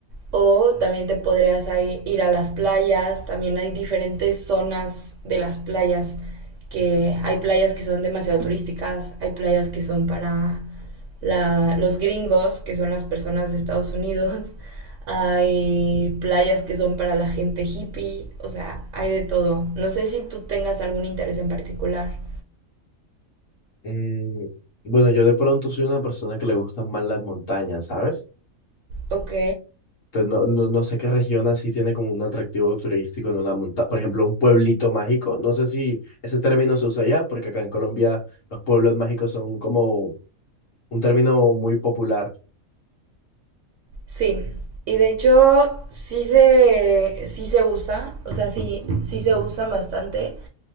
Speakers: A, on the right; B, on the left.
A: O también te podrías ir a las playas, también hay diferentes zonas de las playas, que hay playas que son demasiado turísticas, hay playas que son para la- los gringos, que son las personas de Estados Unidos, <laughs> hay playas que son para la gente hippie, o sea, hay de todo. No sé si tú tengas algún interés en particular.
B: Mm, bueno, yo de pronto soy una persona que le gustan más las montañas, ¿sabes?
A: Ok,
B: Entonces, no, no, no sé qué región así tiene como un atractivo turístico en una montaña. Por ejemplo, un pueblito mágico. No sé si ese término se usa allá, porque acá en Colombia los pueblos mágicos son como un término muy popular.
A: sí. Y de hecho, sí se, sí se usa, o sea, sí, sí se usan bastante.